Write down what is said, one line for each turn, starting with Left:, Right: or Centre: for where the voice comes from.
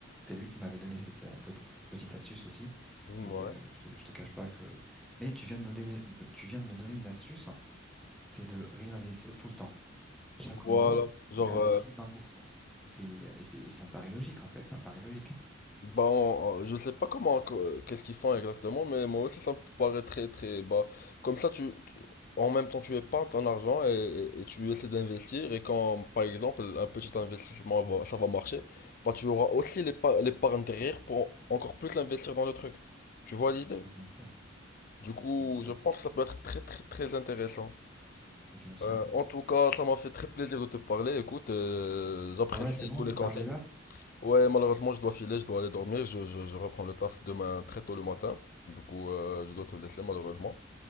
Centre: C'est lui qui m'avait donné cette euh, petite petite astuce aussi.
Left: Ouais,
Centre: Et euh, je, te- je te cache pas que. Mais tu viens de me donner, tu viens de me donner une astuce, c'est de réinvestir tout le temps. Chaque
Left: voilà.
Centre: mois,
Left: Genre,
Centre: j'investis
Left: euh,
Centre: 20%. Et c'est, et c'est, et ça me paraît logique en fait. Ça me paraît logique.
Left: Bon, euh, je sais pas comment, que- qu'est-ce qu'ils font exactement, mais moi aussi ça me paraît très très bas. Comme ça, tu, tu- en même temps, tu épargnes ton argent et, et- et tu essaies d'investir. Et quand, par exemple, un petit investissement va- ça va marcher, bah tu auras aussi l'épa- l'épargne derrière pour encore plus investir dans le truc. Tu vois l'idée?
Centre: Oh, Bien sûr,
Left: Du coup,
Centre: bien sûr,
Left: je pense que ça peut être très très très intéressant.
Centre: bien sûr.
Left: Euh, en tout cas, ça m'a fait très plaisir de te parler. Écoute, euh, j'apprécie
Centre: Ah ouais, c'est bon,
Left: tous
Centre: tu
Left: les conseils.
Centre: pars déjà?
Left: Ouais, malheureusement, je dois filer, je dois aller dormir. Je, je- je reprends le taf demain très tôt le matin. Du coup, euh, je dois te laisser, malheureusement.